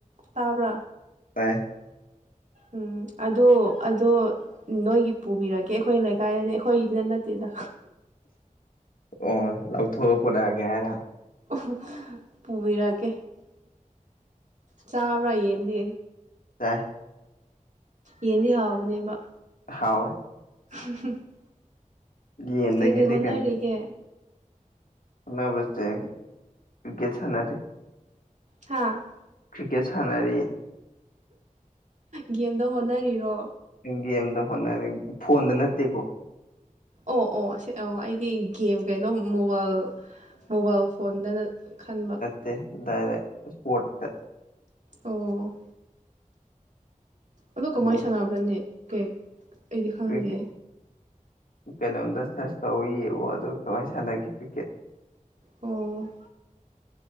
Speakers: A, on the right (about 60°); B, on the left (about 80°).
A: ꯇꯥꯕ꯭ꯔꯥ
B: ꯇꯥꯏ
A: ꯎꯝ ꯑꯗꯣ ꯑꯗꯣ ꯅꯣꯏꯒꯤ ꯄꯨꯕꯤꯔꯛꯒꯦ ꯑꯩꯈꯣꯏ ꯂꯩꯀꯥꯏꯗꯅꯦ ꯑꯩꯈꯣꯏꯗꯤꯗ ꯅꯠꯇꯦꯗ
B: ꯑꯣ ꯂꯧꯊꯣꯛꯑ ꯄꯨꯣꯔꯛꯑꯒꯦ ꯍꯥꯏꯔ
A: ꯑꯣ ꯄꯨꯕꯤꯔꯛꯀꯦ ꯆꯥꯕ꯭ꯔꯥ ꯌꯦꯟꯗꯤ
B: ꯇ
A: ꯌꯦꯟꯗꯤ ꯍꯥꯎꯕꯅꯦꯕ
B: ꯍꯥꯎ
A: <unintelligible>
B: ꯌꯦꯟꯗꯒꯤꯗꯤ
A: ꯀꯩ ꯀꯩ ꯍꯣꯠꯅꯔꯤꯒꯦ
B: ꯍꯣꯅꯕꯁꯦ ꯀ꯭ꯔꯤꯀꯦꯠ ꯁꯥꯟꯅꯔꯤꯦ
A: ꯍꯥꯥ
B: ꯀ꯭ꯔꯤꯀꯦꯠ ꯁꯥꯟꯅꯔꯤ
A: ꯒꯦꯝꯗ ꯍꯣꯠꯅꯔꯤꯔꯣ
B: ꯒꯦꯝꯗ ꯍꯣꯠꯅꯔꯤ ꯐꯣꯟꯗ ꯅꯠꯇꯦꯀꯣ
A: ꯑꯣ ꯑꯣꯁ ꯑꯣ ꯑꯩꯗꯤ ꯒꯦꯝ ꯀꯩꯅꯣ ꯃꯣꯕꯥꯏꯜ ꯃꯣꯕꯥꯏꯜ ꯐꯣꯟꯗꯅ ꯈꯟꯕ
B: ꯇꯦ ꯗꯥꯏꯔꯦꯛ ꯁ꯭ꯄꯣꯔꯠꯇ
A: ꯑꯣ ꯑꯗꯣ ꯀꯃꯥꯏꯅ
B: ꯑꯗꯨ
A: ꯁꯥꯟꯅꯕ꯭ꯔꯅꯤ ꯀꯦꯛ ꯑꯩꯗꯤ ꯈꯪꯗꯦ
B: ꯀ꯭ꯔꯤꯀꯦ ꯀꯩꯅꯣꯝꯗ ꯁꯔꯁ ꯇꯧ ꯌꯦꯡꯉꯣ ꯑꯗꯨꯒ ꯀꯃꯥꯏꯅ ꯁꯥꯟꯅꯒꯦ ꯀ꯭ꯔꯤꯛꯀꯦꯠ
A: ꯑꯣ